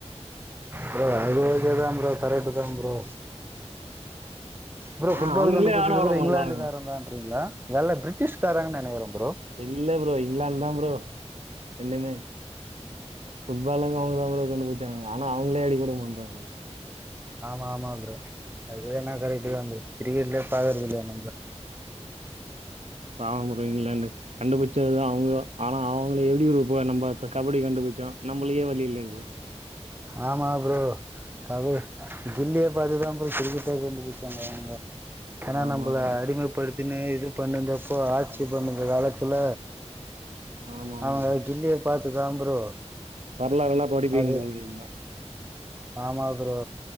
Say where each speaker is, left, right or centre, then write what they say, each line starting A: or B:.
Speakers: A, on the right; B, on the right.
A: ப்ரோ அது ஓக்கே தா ப்ரோ கரட்டு தா ப்ரோ ப்ரோ ஃபுட்பால்
B: ஆ அவனுங்களே
A: கண்டுபிச்சது
B: ஆட விட
A: கூட
B: மாட்றானுங்க
A: இங்லேண்டுக்காரன் தான்ங்றீங்ளா வெள்ள பிரிட்டிஷ்காரங்க நெனைக்கிறே ப்ரோ
B: இல்ல ப்ரோ இங்லேண்ட் தா ப்ரோ ரெண்டுமே ஃபுட்பாலுங்க அவுங்க தா ப்ரோ கண்டுபுட்ச்சாங்க ஆனா அவுங்களே அடிக்க விட மாட்றாங்க
A: ஆமாமா ப்ரோ அதுவேனா கரெக்ட்டு தா கிரிக்கெட்லயே பாக்றது இல்லையா நம்ப
B: பாவம் ப்ரோ இங்லேண்டு கண்டுபுச்சது அவுங்க ஆனா அவுங்கள எப்டி ப்ரோ ஒரு நம்ப இப்ப கபடி கண்டுபுட்ச்சோ நம்மளுக்கே வழி இல்ல இப
A: ஆமா ப்ரோ கப கில்லிய பாத்துதா ப்ரோ கிரிக்கெட்டே கண்டுபுட்ச்சாங்க அவுங்க ஏனா
B: ஆமா
A: நம்மள
B: ஆமா
A: அடிமைப்படுத்தினு இது பண்ணிந்தப்போ ஆட்சி பண்ணுந்த காலத்துல
B: ஆமா ஆமா
A: அவுங்க
B: ப்ரோ
A: கில்லிய பாத்து தா ப்ரோ
B: வரலாறுல்லா படிப்பீங்க
A: அது
B: போல நீங்க
A: ஆமா ப்ரோ